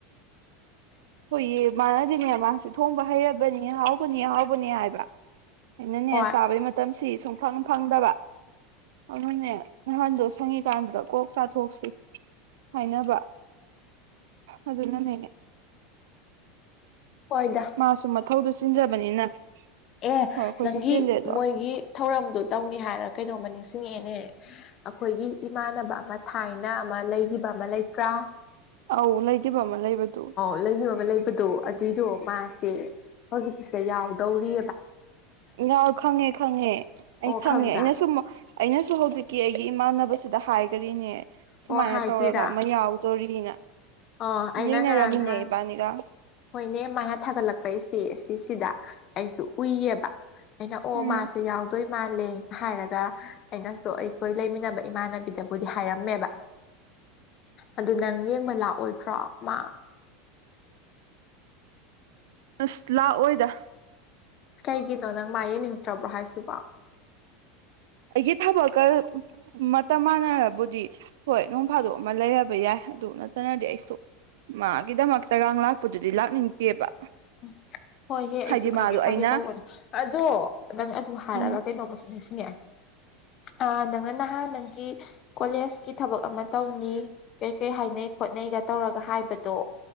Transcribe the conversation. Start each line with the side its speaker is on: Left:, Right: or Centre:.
Right: ꯍꯣꯏꯌꯦ ꯃꯥꯅꯗꯤꯅꯦ ꯃꯥꯁꯦ ꯊꯣꯡꯕ ꯍꯩꯔꯕꯅꯤ ꯍꯥꯎꯕꯅꯤ-ꯍꯥꯎꯕꯅꯦ ꯍꯥꯏꯕ ꯑꯩꯅꯅꯦ
Left: ꯍꯣꯏ
Right: ꯆꯥꯕꯩ ꯃꯇꯝꯁꯤ ꯁꯨꯡꯐꯪ ꯐꯪꯗꯕ ꯑꯗꯨꯅꯦ ꯅꯍꯥꯟꯗꯣ ꯁꯪꯉꯤꯀꯥꯟꯗꯨꯗ ꯀꯣꯛ ꯆꯥꯊꯣꯛꯁꯤ ꯍꯥꯏꯅꯕ ꯑꯗꯨꯅꯅꯦ
Left: ꯍꯣꯏꯗ
Right: ꯃꯥꯁꯨ ꯃꯊꯧꯗꯨ ꯆꯤꯟꯖꯕꯅꯤꯅ
Left: ꯑꯦ
Right: ꯍꯣꯏ ꯑꯩꯈꯣꯏꯁꯨ
Left: ꯅꯪꯒꯤ
Right: ꯆꯤꯜꯂꯦ ꯑꯗꯣ
Left: ꯃꯣꯏꯒꯤ ꯊꯧꯔꯝꯗꯨ ꯇꯧꯅꯤ ꯍꯥꯏꯔ ꯀꯩꯅꯣꯝꯃ ꯅꯤꯡꯁꯤꯡꯉꯛꯑꯦꯅꯦ ꯑꯈꯣꯏꯒꯤ ꯏꯃꯥꯟꯅꯕ ꯑꯃ ꯊꯥꯏꯅ ꯑꯃ ꯂꯩꯈꯤꯕ ꯑꯃ ꯂꯩꯇ꯭ꯔꯥ
Right: ꯑꯧ ꯂꯩꯈꯤꯕ ꯑꯃ ꯂꯩꯕꯗꯨ
Left: ꯂꯩꯒꯤꯕ ꯑꯃ ꯂꯩꯕꯗꯣ ꯑꯗꯨꯏꯗꯣ ꯃꯥꯁꯦ ꯍꯧꯖꯤꯛꯀꯤꯁꯤꯗ ꯌꯥꯎꯗꯧꯔꯤ
Right: ꯏꯅꯥꯎ ꯈꯪꯉꯦ ꯈꯪꯉꯦ ꯑꯩ
Left: ꯑꯣ
Right: ꯈꯪꯉꯦ
Left: ꯈꯪꯕ꯭ꯔꯥ
Right: ꯑꯩꯅ ꯁꯨꯝ ꯑꯩꯅꯁꯨ ꯍꯧꯖꯤꯛꯀꯤ ꯑꯩꯒꯤ ꯏꯃꯥꯟꯅꯕꯁꯤꯗ ꯍꯥꯏꯒꯔꯤꯅꯦ ꯁꯨꯃꯥꯏꯅ
Left: ꯑꯣ ꯍꯥꯏꯈ꯭ꯔꯤꯔꯥ
Right: ꯇꯧꯔꯒ ꯑꯃ ꯌꯥꯎ ꯗꯣꯔꯤꯅ
Left: ꯑ ꯑꯩꯅ
Right: ꯌꯦꯡꯅꯔꯝꯃꯤꯅꯦ
Left: ꯉꯔꯥꯡ ꯅꯍꯥꯟ
Right: ꯏꯕꯥꯅꯤꯒ
Left: ꯍꯣꯏꯅꯦ ꯃꯥꯅ ꯊꯥꯒꯠꯂꯛꯄ ꯏꯁꯇꯦ ꯁꯤꯁꯤꯗ ꯑꯩꯁꯨ ꯎꯏꯌꯦꯕ ꯑꯩꯅ ꯑꯣ
Right: ꯎꯝ
Left: ꯃꯥꯁꯦ ꯌꯥꯎꯗꯣꯏ ꯃꯥꯜꯂꯦ ꯍꯥꯏꯔꯒ ꯑꯩꯅꯁꯨ ꯑꯩꯈꯣꯏ ꯂꯩꯃꯤꯟꯅꯕ ꯏꯃꯥꯟꯅꯕꯤꯗꯕꯨꯗꯤ ꯍꯥꯏꯔꯝꯃꯦꯕ ꯑꯗꯨ ꯅꯪ ꯌꯦꯡꯕ ꯂꯥꯛꯑꯣꯏꯗ꯭ꯔꯣ ꯃꯥ
Right: ꯑꯁ ꯂꯥꯛꯑꯣꯏꯗ
Left: ꯀꯩꯒꯤꯅꯣ ꯅꯪ ꯃꯥ ꯌꯦꯡꯅꯤꯡꯗ꯭ꯔꯕ꯭ꯔꯣ ꯍꯥꯏꯁꯤꯕꯣ
Right: ꯑꯩꯒꯤ ꯊꯕꯛꯀ ꯃꯇꯝ ꯃꯥꯟꯅꯔꯕꯨꯗꯤ ꯍꯣꯏ ꯅꯣꯡ ꯐꯥꯗꯣꯛ ꯑꯃ ꯂꯩꯔꯕ ꯌꯥꯏ ꯑꯗꯨ ꯅꯠꯇꯅꯗꯤ ꯑꯩꯁꯨ ꯃꯥꯒꯤꯗꯃꯛꯇꯒ ꯂꯥꯛꯄꯗꯨꯗꯤ ꯂꯥꯛꯅꯤꯡꯗꯦꯕ
Left: ꯎ ꯍꯣꯏꯍꯦ ꯑꯩꯁꯨ
Right: ꯍꯥꯏꯗꯤ
Left: ꯈꯪꯉꯦ
Right: ꯃꯥꯗꯣ
Left: ꯐꯥꯒꯦ
Right: ꯑꯩꯅ
Left: ꯇꯧꯕꯅꯤ ꯑꯗꯣ ꯅꯪ ꯑꯗꯨ ꯍꯥꯏꯔꯒ
Right: ꯎꯝ
Left: ꯀꯩꯅꯣꯝꯃꯁꯨ ꯅꯤꯡꯁꯤꯡꯉꯛꯑꯦ ꯑ ꯅꯪꯅ ꯅꯍꯥꯟ ꯅꯪꯒꯤ ꯀꯣꯂꯦꯖꯀꯤ ꯊꯕꯛ ꯑꯃ ꯇꯧꯅꯤ ꯀꯩ ꯀꯩ ꯍꯥꯏꯅꯩ ꯈꯣꯠꯅꯩꯒ ꯇꯧꯔꯒ ꯍꯥꯏꯕꯗꯣ